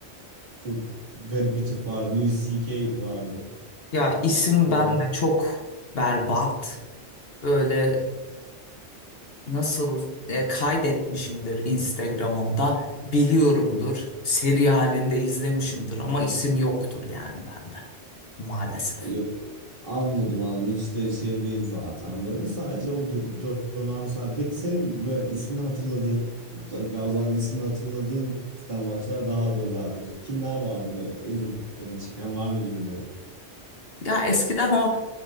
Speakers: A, on the right (about 45°); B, on the left (about 55°).
A: çok garip bir tip vardı. Louis C.K. vardı.
B: Ya isim
A: Böyle
B: ben de çok berbat. Böyle nasıl e, kaydetmişimdir Instagram'ımda
A: <laughs>
B: biliyorumdur. Seri halinde izlemişimdir ama isim yoktur yani bende maalesef.
A: Yok, anladım anladım. Hiç de şey değil zaten böyle. Sadece o dö- dö- dönemsel. Peki senin böyle ismini hatırladığın, mutlaka o zaman ismini hatırladığın stand-upçılar daha da özeldir. Kimler vardı böyle en çok dikkatini çeken var mıydı birileri?
B: Ya eskiden o